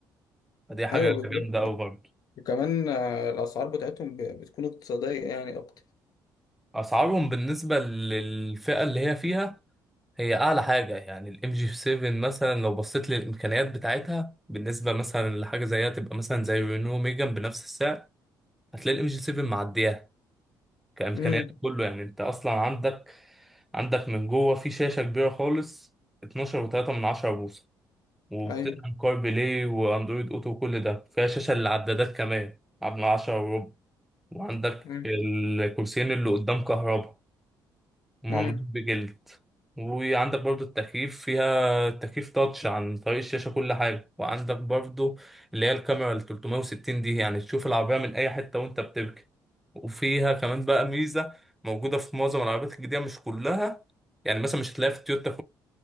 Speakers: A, in the centre; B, on the left.
A: فدي حاجة
B: ايوه بالظبط
A: جامدة قوي
B: يعني.
A: برضو
B: وكمان آه، الاسعار بتاعتهم ب- بتكون اقتصاديه يعني اكتر
A: أسعارهم بالنسبة للفئة اللي هي فيها هي اعلى حاجه يعني الام جي 7 مثلا لو بصيت للامكانيات بتاعتها بالنسبه مثلا لحاجه زيها تبقى مثلا زي رينو ميجان بنفس السعر هتلاقي الام جي 7 معدياها كامكانيات
B: امم
A: كله يعني انت اصلا عندك عندك من جوه في شاشه كبيره خالص 12.3 من 10 بوصه وبتدعم
B: ايوه
A: كار بلاي واندرويد اوتو وكل ده فيها شاشه للعدادات كمان من 10 وربع وعندك
B: امم
A: الكرسيين اللي قدام كهرباء ومعمولين
B: امم
A: بجلد وعندك برضو التكييف فيها تكييف تاتش عن طريق الشاشة كل حاجة وعندك برضو اللي هي الكاميرا ال 360 دي يعني تشوف العربية من أي حتة وأنت بتبكي وفيها كمان بقى ميزة موجودة في معظم العربيات الجديدة مش كلها يعني مثلا مش هتلاقيها في التويوتا